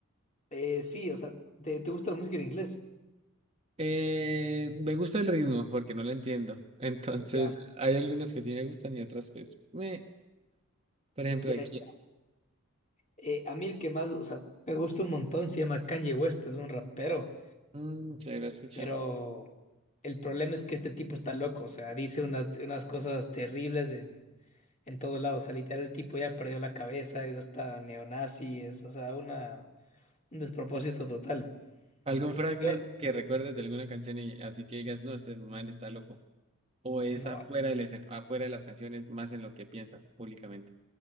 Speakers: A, on the left; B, on the right.
A: Eh, sí, o sea, ¿te, te gusta la música en inglés?
B: Eh, me gusta el ritmo porque no lo entiendo, <laughs> entonces
A: Ya,
B: hay algunos que sí me gustan y otros pues, me, por ejemplo,
A: ya,
B: aquí,
A: ya. ya. Eh, a mí el que más, o sea, me gusta un montón, se llama Kanye West, es un rapero,
B: mm, se lo he escuchado.
A: pero el problema es que este tipo está loco, o sea, dice unas, unas cosas terribles en, en todo lado, o sea, literal el tipo ya perdió la cabeza, es hasta neonazi, es, o sea, una, un despropósito total.
B: Algún fragmento
A: Yo,
B: que recuerdes de alguna canción y así que digas, no, este man está loco. O es
A: no,
B: afuera del escen- afuera de las canciones, más en lo que piensa públicamente.